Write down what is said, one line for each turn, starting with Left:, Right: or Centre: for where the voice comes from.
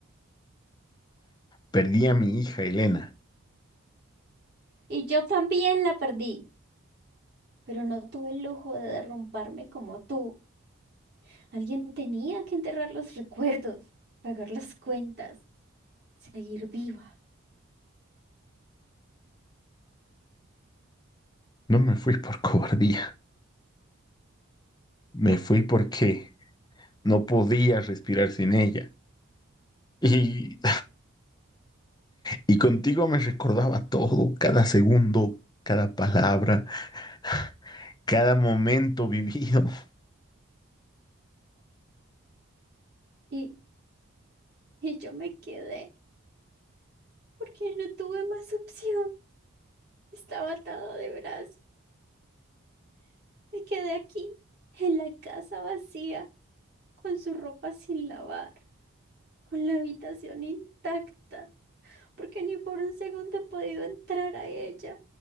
Left: Perdí a mi hija, Elena.
Right: y yo también la perdí, pero no tuve el lujo de derrumbarme como tú. Alguien tenía que enterrar los recuerdos, pagar las cuentas, seguir viva
Left: No me fui por <laughs> cobardía, me fui porque no podía respirar sin ella. Y, y contigo me recordaba todo, cada segundo, cada palabra, <laughs> cada momento vivido. <laughs>
Right: y, y yo me quedé porque no tuve más opción. Estaba atada de brazos. Me quedé aquí, en la casa vacía, con su ropa sin lavar. con la habitación intacta, porque ni por un segundo he podido entrar a ella.